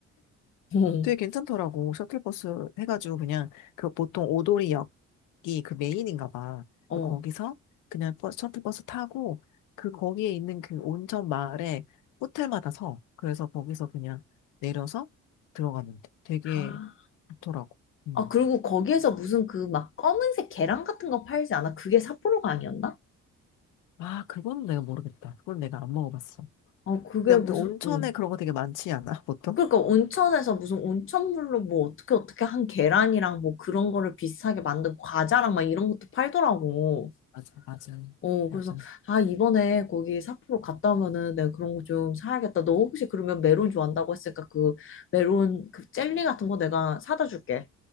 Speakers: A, on the left; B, on the left.
A: <laughs>
B: 되게 괜찮더라고. 셔틀버스 해가지고 그냥 그 보통 오도리역이 그 메인인가 봐.
A: 어.
B: 그래서 거기서 그냥 버스, 셔틀버스 타고 그 거기에 있는 그 온천 마을에 호텔마다 서. 그래서 거기서 그냥 내려서 들어가는데 되게
A: 아.
B: 좋더라고. 음.
A: 아, 그리고 거기에서 무슨 그 막 검은색 계란 같은 거 팔지 않아? 그게 삿포로가 아니었나?
B: 아, 그건 내가 모르겠다. 그건 내가 안 먹어봤어.
A: 아, 그게
B: 근데 아무튼
A: 무슨,
B: 온천에
A: 음.
B: 그런 거 되게 많지 않아, 보통?
A: 그러니까 온천에서 무슨 온천물로 뭐 어떻게 어떻게 한 계란이랑 뭐 그런 거를 비슷하게 만든 과자랑 막 이런 것도 팔더라고.
B: 맞아, 맞아,
A: 어,
B: 맞아.
A: 그래서, 아, 이번에 거기 삿포로 갔다 오면은 내가 그런 거 좀 사야겠다. 너 혹시 그러면 메론 좋아한다고 했으니까 그 메론 그 젤리 같은 거 내가 사다 줄게.